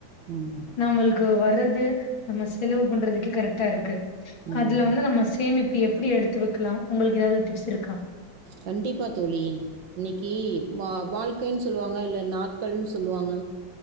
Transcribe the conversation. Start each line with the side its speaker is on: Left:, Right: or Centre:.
Right: ம்
Left: நாமள்க்கு வர்றது நம்ம செலவு பண்றதுக்கு கரெக்டா இருக்கு
Right: ம்
Left: அதுல வந்து நம்ம சேமிப்பு எப்படி எடுத்து வைக்கலா உங்களுக்கு ஏதாவது டிப்ஸ் இருக்கா
Right: கண்டிப்பா தோழி இன்னக்கி வா வாழ்க்கைன்னு சொல்லுவாங்க இல்ல நாட்கள்னு சொல்லுவாங்க